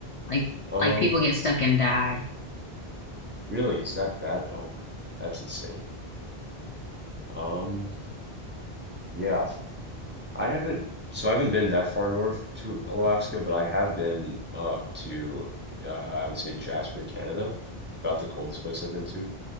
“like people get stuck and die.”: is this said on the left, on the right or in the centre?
Left